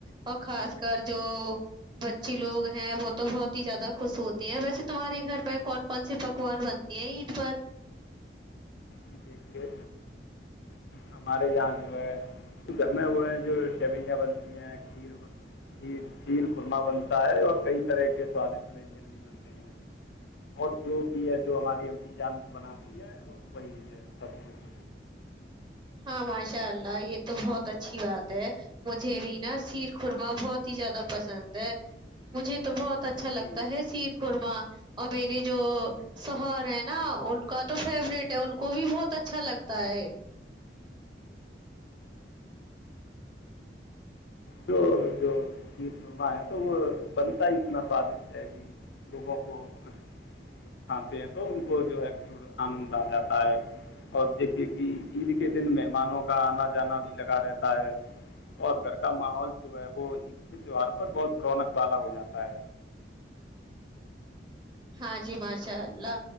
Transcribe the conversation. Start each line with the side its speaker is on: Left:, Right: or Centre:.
Right: اور خاص کر جو بچی لوگ ہیں وہ تو بہت ہی زیادہ خوش ہوتے ہیں ویسے تمہارے گھر میں کون کون سےی پکوان بن د پرار
Left: جی دیکھیے ہمارے یہاں جو ہے گھر میں ہو ہیں جو شوئیاں بنتی ہیں کھیر کھی کھییر خورمہ بنتا ہے اور کئی طرح کے سوادشٹ ونجن بھی بنتے ہیں اور جو بھی ہے جو ہماری امی جان جو بناتی ہے وہی ہے اچھاچ
Right: ہاں ماشاء اللہ یہ تو بہت اچھی بات ہے مجھے بھی نا سیر خورما بہت ہی زیادہ پسند ہے مجھے تو بہت اچھا
Left: جی
Right: لگتا ہے سیر قورما اور میری جو سہر ہے نا ان کا تو فیوروریٹ ہے ان کو بھی بہت اچھا لگتا ہے
Left: سونا ہے تو وہ بنتا ہی اتنا سوادشٹ ہے کہ لوگوں کو جو کھاتے ہیں تو ان کو جو ہے چ آنند آ جاتا ہے اور دیکھیے کہ عید کے دن مہمانوں کا آنا جانا بھی لگا رہتا اور گھر کا ماحول جو ہے وہ عید کے تہوار پر بہت رونق والا ہو جاتا ہے
Right: ہاں جی ماشاء اللہ